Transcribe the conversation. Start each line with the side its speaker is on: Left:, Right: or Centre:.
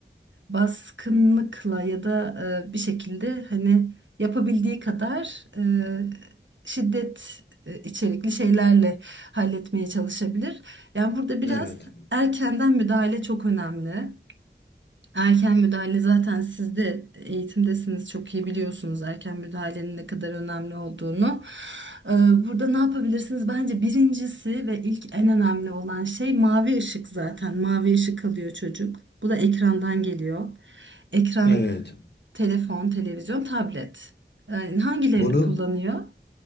Right: baskınlıkla ya da e, bir şekilde hani yapabildiği kadar e, şiddet e, içerikli şeylerle halletmeye çalışabilir. Yani burada biraz
Left: evet,
Right: erkenden müdahale çok önemli. Erken müdahale zaten siz de eğitimdesiniz çok iyi biliyorsunuz erken müdahalenin ne kadar önemli olduğunu. Ee, Burada ne yapabilirsiniz? Bence birincisi ve ilk en önemli olan şey mavi ışık zaten. Mavi ışık alıyor çocuk. Bu da ekrandan geliyor. Ekran,
Left: evet.
Right: telefon, televizyon, tablet. Ee, Hangilerini
Left: Bunu
Right: kullanıyor?